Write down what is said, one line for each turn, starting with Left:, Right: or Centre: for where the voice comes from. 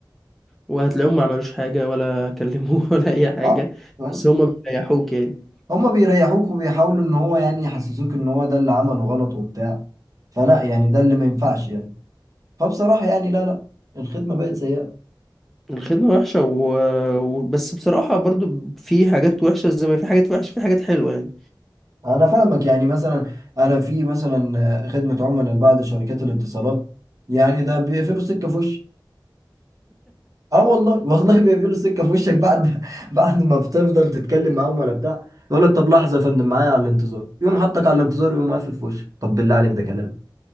Centre: وهتلاقيهم ما عملوش حاجة ولا كلموه <laughs> ولا اي حاجة
Right: اه فاهم؟
Centre: بس هما بيريحوك يعني
Right: هما بيريحوك وبيحاولوا ان هو يعني يحسسوك ان هو ده اللي عمله غلط وبتاع فلا يعني ده اللي ما ينفعش يعني فبصراحة يعني لا لا الخدمة بقت سيئة
Centre: الخدمة وحشة و... و- بس بصراحة برضو في حاجات وحشة زي ما في حاجات وحشة في حاجات حلوة يعني
Right: انا فاهمك يعني مثلا انا في مثلا آه، خدمة عملاء لبعض شركات الاتصالات يعني ده بيقفلوا السكة في وشي اه والله والله بيقفلوا السكه في وشك بعد <laughs> بعد ما بتفضل تتكلم معاهم ولا بتاع يقول لك طب لحظه يا فندم معايا على الانتظار يقوم حطك على الانتظار ويقوم قافل في وشك طب بالله عليك ده كلام